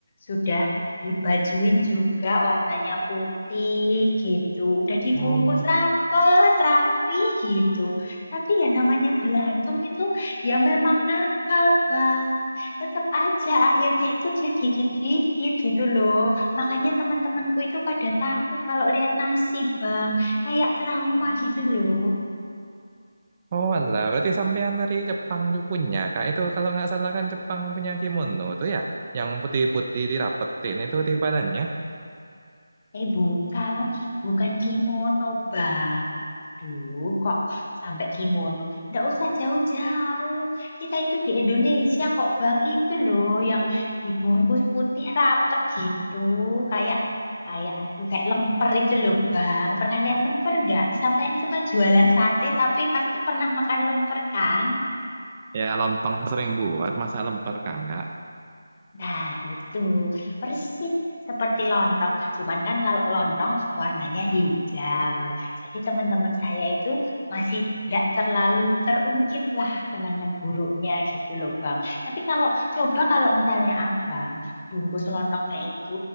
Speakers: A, on the left; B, on the right.
A: sudah dibajuin juga warnanya putih gitu, udah dibungkus
B: Oh,
A: rapet, rapi gitu. Tapi ya namanya belatung itu ya memang nakal, Bang. Tetap aja akhirnya itu dia gigit-gigit gitu loh. Makanya teman-temanku itu pada takut kalau lihat nasi, Bang. Kayak trauma gitu loh.
B: oh walah, berarti sampean dari Jepang juga punya, Kak. Itu kalau nggak salah kan Jepang punya kimono tuh ya? Yang putih-putih dirapetin itu di badannya.
A: Eh bukan, bukan kimono bang. Aduh, kok sampai kimono? Nggak usah jauh-jauh. Kita itu di Indonesia kok bang. Itu loh yang dibungkus putih rapet gitu. Kayak, kayak aduh kayak lemper itu loh bang. Pernah lihat lemper nggak? Sampean itu kan jualan sate tapi pasti pernah makan lemper kan?
B: Ya, lontong sering buat, masa lemper kagak?
A: Nah, itu persis seperti lontong. Cuman kan kalau lontong warnanya hijau. Jadi teman-teman saya itu masih tidak terlalu terungkit lah kenangan buruknya gitu loh Bang. Tapi kalau coba kalau misalnya Abang bungkus lontongnya itu